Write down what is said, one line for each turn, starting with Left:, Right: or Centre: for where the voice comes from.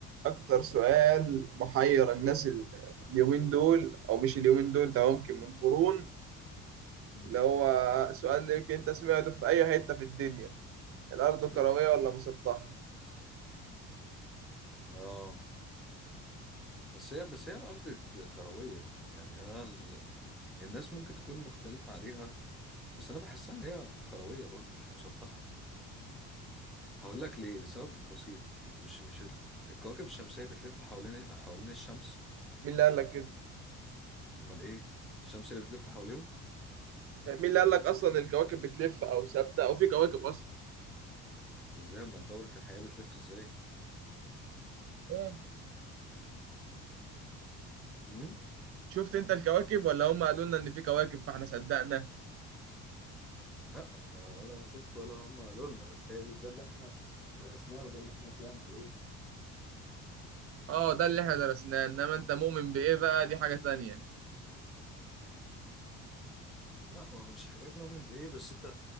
Right: أكتر سؤال محير الناس ال- اليومين دول أو مش اليومين دول ده ممكن من قرون
Centre: مم.
Right: اللي هو سؤال اللي يمكن أنت سمعته في أي حتة في الدنيا الأرض
Centre: ايه
Right: كروية ولا مسطحة؟
Centre: اه بس هي بس هي الارض كرويه يعني هي ال... الناس ممكن تكون مختلفه عليها بس انا بحسها ان هي كرويه برضو مش مسطحه هقول لك ليه لسبب بسيط مش مش ال... الكواكب الشمسيه بتلف حوالين حوالين الشمس
Right: مين اللي قال لك كده؟
Centre: امال ايه الشمس اللي بتلف حواليهم
Right: مين اللي قال لك أصلا الكواكب بتلف أو ثابتة أو في كواكب أصلا؟
Centre: ازاي امال دوره الحياه بتلف ازاي
Right: إيه؟
Centre: امم
Right: شفت أنت الكواكب ولا هم قالوا لنا إن في كواكب فإحنا صدقنا؟
Centre: لا هو ولا انا شفت ولا هم قالوا لنا بس هي دي ده اللي احنا درسناه وده اللي احنا طلعنا عليه
Right: أه ده اللي إحنا درسناه إنما أنت مؤمن بإيه بقى دي حاجة تانية
Centre: لا هو مش حاجات مؤمن بايه بس انت